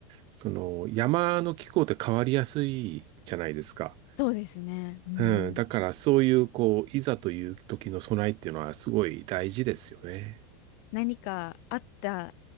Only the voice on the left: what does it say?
そうですね。うん。
何かあった